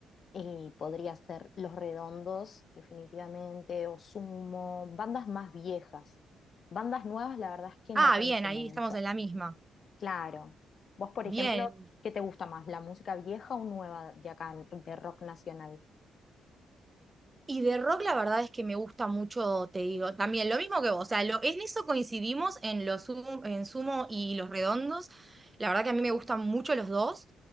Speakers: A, on the left; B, on the right.
A: Y podría ser Los Redondos, definitivamente, o Sumo, bandas más viejas. Bandas nuevas, la verdad es que
B: Ah,
A: no consumo
B: bien, ahí
A: mucho.
B: estamos en la misma.
A: Claro. Vos, por
B: Bien.
A: ejemplo, ¿qué te gusta más, la música vieja o nueva de acá, de rock nacional?
B: Y de rock la verdad es que me gusta mucho, te digo, también lo mismo que vos, o sea, lo, en eso coincidimos en los Sumo- en Sumo y Los Redondos, la verdad que a mí me gustan mucho los dos,